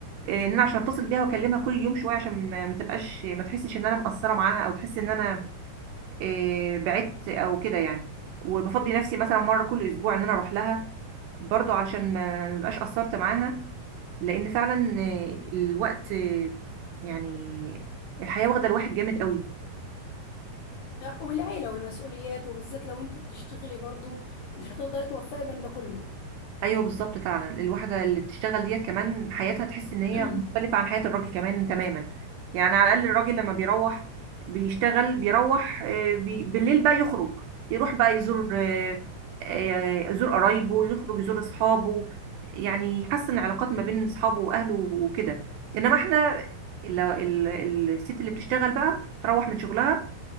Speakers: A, on the right; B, on the left.
A: آه، ان انا عشان اتصل بيها واكلمها كل يوم شويه عشان ما ما تبقاش ما تحسش ان انا مقصره معاها او تحس ان انا آه، بعدت او كده يعني وبفضي نفسي مثلا مره كل اسبوع ان انا اروح لها برضو علشان ما ما بقاش قصرت معاها لان فعلا آه، الوقت آه، يعني الحياه واخده الواحد جامد قوي
B: والعيلة والمسؤوليات وبالذات لو انت بتشتغلي برضو مش هتقدري توفقي بين ده كله
A: ايوه بالظبط فعلا الواحده اللي بتشتغل ديت كمان حياتها تحس ان هي
B: <clears throat>
A: مختلفه عن حياه الراجل كمان تماما يعني على الاقل الراجل لما بيروح بيشتغل بيروح آه، بي... بالليل بقى يخرج يروح بقى يزور آه، آه، يزور قرايبه يخرج يزور اصحابه يعني يحسن علاقات ما بين اصحابه واهله وكده انما احنا ال... ال... الست اللي بتشتغل بقى تروح من شغلها